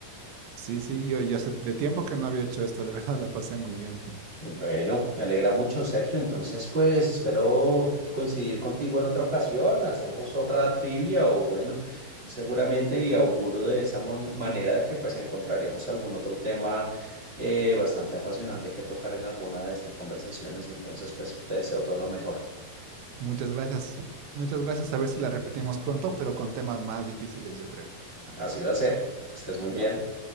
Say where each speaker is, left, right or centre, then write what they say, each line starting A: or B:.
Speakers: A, on the right (about 80°); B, on the right (about 25°).
A: sí, sí, yo, yo hace de tiempo que no había hecho esto. La verdad la pasé muy bien.
B: Bueno, me alegra mucho, Sergio. Entonces, pues espero coincidir contigo en otra ocasión. Hacemos otra trivia o bueno, seguramente y auguro de esa mon- manera que pues encontraremos algún otro tema eh, bastante apasionante que tocar en alguna de estas conversaciones. Entonces, pues te deseo todo lo mejor.
A: Muchas gracias. Muchas gracias. A ver si la repetimos pronto, pero con temas más difíciles, yo creo. Ajá,
B: Así va a ser. Que estés muy
A: Ya
B: bien.
A: pues.